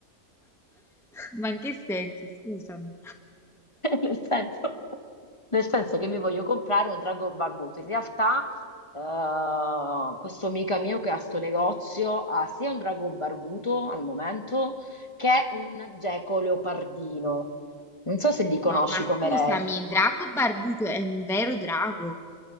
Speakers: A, in the centre; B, on the left (about 20°).
A: Ma in che senso? Scusami.
B: <laughs> Nel senso, nel senso che mi voglio comprare un drago barbuto. In realtà, eh, questo amico mio che ha sto negozio ha sia un drago barbuto al momento che un geco leopardino. Non so se li conosci
A: No, ma scusami,
B: come re.
A: Drago Barbuto è un vero drago.